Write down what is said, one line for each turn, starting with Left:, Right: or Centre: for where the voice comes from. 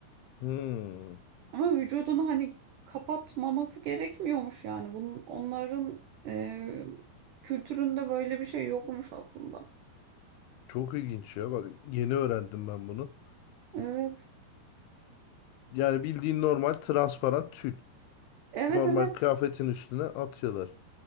Left: Hmm.
Right: Ama vücudunu hani kapatmaması gerekmiyormuş yani. Bunun, onların e, kültüründe böyle bir şey yokmuş aslında.
Left: Çok ilginç ya. Bak yeni öğrendim ben bunu.
Right: Evet.
Left: Yani bildiğin normal transparan tül.
Right: Evet
Left: Normal
Right: evet.
Left: kıyafetin üstüne atıyorlar.